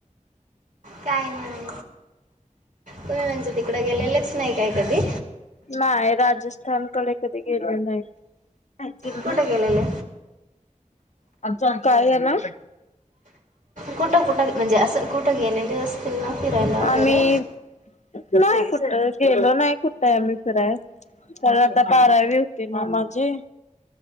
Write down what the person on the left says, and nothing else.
नाय राजस्थानकडे कधी गेल नाही
आमच काय आहे ना <inaudible>
आम्ही
नाही कुठं गेलो नाही कुठंय आम्ही फिराय तर आता कारावी होते ना माझे..